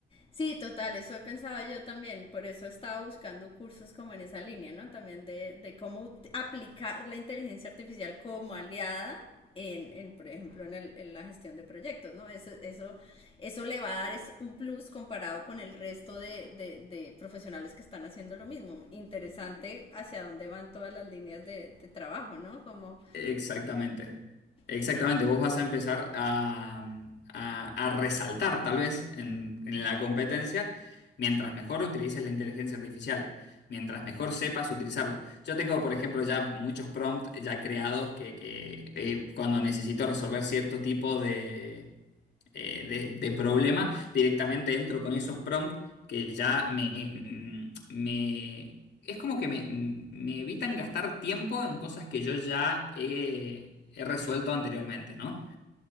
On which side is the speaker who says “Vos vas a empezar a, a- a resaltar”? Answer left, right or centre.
Left